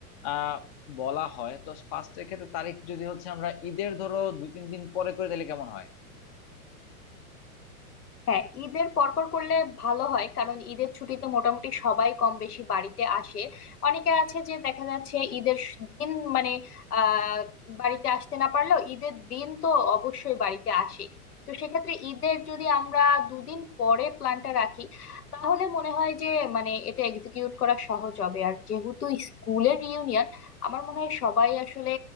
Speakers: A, on the left (about 45°); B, on the left (about 80°).
A: আহ বলা হয় তো ফার্স্টের ক্ষেত্রে তারিখ যদি হচ্ছে আমরা ঈদের ধরো দুই তিন দিন পরে করে তাহলে কেমন হয়
B: হ্যাঁ ঈদের পরপর করলে ভালো হয় কারণ ঈদের ছুটিতে মোটামুটি সবাই কম বেশি বাড়িতে আসে অনেকে আছে যে দেখা যাচ্ছে ঈদের স- দিন মানে আহ বাড়িতে আসতে না পারলেও ঈদের দিন তো অবশ্যই বাড়িতে আসে তো সেক্ষেত্রে ঈদের যদি আমরা দুদিন পরে প্ল্যানটা রাখি তাহলে মনে হয় যে মানে এটা এক্সিকিউট করা সহজ হবে আর যেহেতু স্কুলের রিউনিয়ন আমার মনে হয় সবাই আসলে